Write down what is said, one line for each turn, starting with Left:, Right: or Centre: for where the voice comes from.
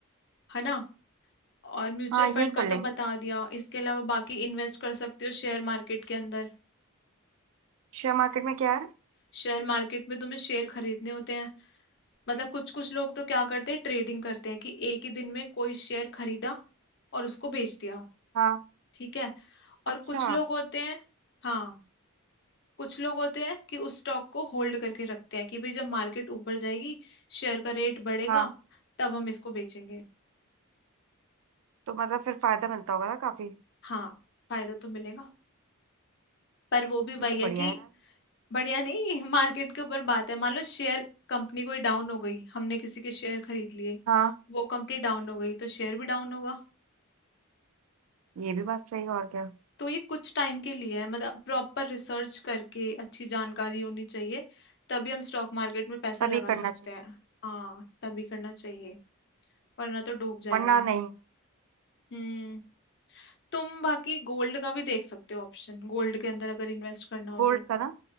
Left: है ना और म्यूचुअल
Right: हाँ
Left: फंड
Right: ये
Left: का
Right: कर लेंगे
Left: तो बता दिया इसके अलावा बाकी इन्वेस्ट कर सकते हो शेयर मार्केट के अंदर
Right: शेयर मार्केट में क्या है
Left: शेयर मार्केट में तुम्हें शेयर खरीदने होते हैं मतलब कुछ कुछ लोग तो क्या करते हैं ट्रेडिंग करते हैं कि एक ही दिन में कोई शेयर खरीदा और उसको बेच दिया
Right: हाँ
Left: ठीक है और
Right: अच्छा
Left: कुछ लोग होते हैं हाँ कुछ लोग होते हैं कि उस स्टॉक को होल्ड करके रखते हैं कि भाई जब मार्केट ऊपर जाएगी शेयर का रेट बढ़ेगा
Right: हाँ
Left: तब हम इसको बेचेंगे
Right: तो मतलब फिर फायदा मिलता होगा ना काफी
Left: हाँ फायदा तो मिलेगा पर वो भी
Right: ये
Left: वही
Right: तो बढ़िया
Left: है कि
Right: है यार
Left: बढ़िया नहीं <laughs> मार्केट के ऊपर बात है मान लो शेयर कंपनी कोई डाउन हो गई हमने किसी के शेयर खरीद लिए
Right: हाँ
Left: वो कंपनी डाउन हो गई तो शेयर भी डाउन होगा
Right: ये भी बात सही है, और क्या
Left: तो ये कुछ टाइम के लिए है मतलब प्रॉपर रिसर्च करके अच्छी जानकारी होनी चाहिए तभी हम स्टॉक मार्केट में पैसा
Right: तभी
Left: लगा
Right: करना
Left: सकते
Right: चाहिए
Left: हैं हाँ तभी करना चाहिए वरना तो डूब जाएगा
Right: वरना नहीं
Left: हम्म तुम बाकी गोल्ड का भी देख सकते हो ऑप्शन गोल्ड के अंदर अगर इन्वेस्ट करना हो
Right: गोल्ड
Left: तो
Right: का ना